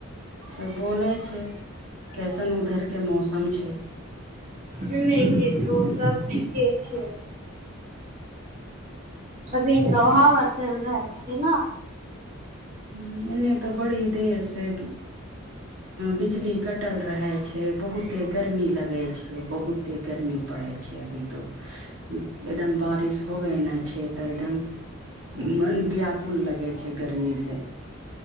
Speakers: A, on the right; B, on the right.
A: तब बोले छै कैसन उधर के मौसम छै
B: एने के तो सब ठीके छै अभी तऽ हाबा चलि रहल छियै न
A: हुँ एने तऽ बड़ी देर से बिजली कटल रहे छै बहुते गर्मी लगै छै बहुत तेय गर्मी पड़े छै अभी तो एकदम बारिश होबे नऽ छै तऽ एकदम मन व्याकुल लगै छै गर्मी से